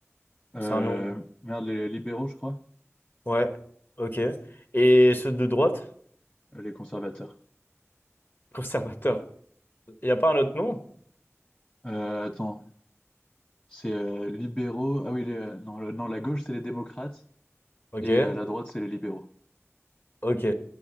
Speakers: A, on the left; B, on the left.
A: Euh,
B: C'est un nom.
A: merde, les libéraux, je crois.
B: Ouais. Ok. Et ceux de droite?
A: Les conservateurs.
B: <laughs> Conservateurs. Il n'y a pas un autre nom?
A: Euh, attends, c'est euh, libéraux. Ah oui, les, euh, non, le- non, la gauche, c'est les démocrates
B: Ok.
A: et euh, la droite, c'est les libéraux.
B: Ok.